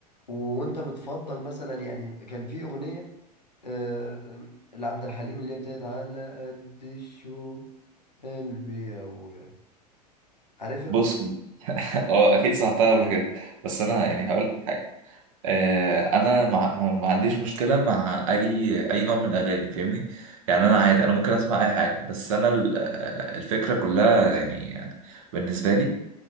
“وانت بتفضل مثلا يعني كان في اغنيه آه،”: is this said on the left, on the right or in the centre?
Left